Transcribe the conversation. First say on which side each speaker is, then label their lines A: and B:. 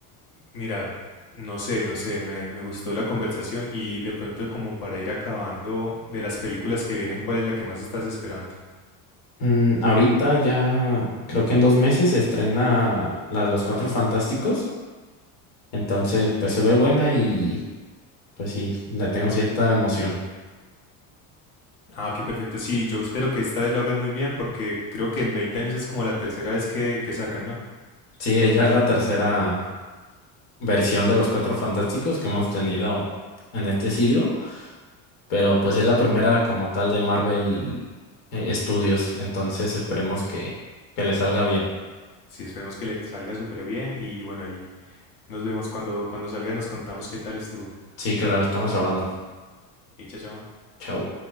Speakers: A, on the left (about 50°); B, on the left (about 75°).
A: mira, no sé, no sé, me, me gustó la conversación y de pronto como para ir acabando de las películas que vienen, ¿cuál es la que más estás esperando?
B: Mm, ahorita ya, creo que en dos meses se estrena la de los Cuatro Fantásticos, entonces pues se ve buena y pues sí, le tengo cierta emoción.
A: Ah, ok, perfecto. Sí, yo espero que esta vez lo hagan muy bien porque creo que en 20 años es como la tercera vez que, que sacan, ¿no?
B: Sí, es ya es la tercera versión de los Cuatro Fantásticos que hemos tenido en este siglo. Pero pues es la primera como tal de Marvel eh, Studios, entonces esperemos que, que le salga bien.
A: Sí, esperemos que le salga súper bien y bueno, ahí nos vemos cuando, cuando salga, nos contamos qué tal estuvo.
B: Sí, claro, estamos hablando.
A: Y chao, chao.
B: Chau.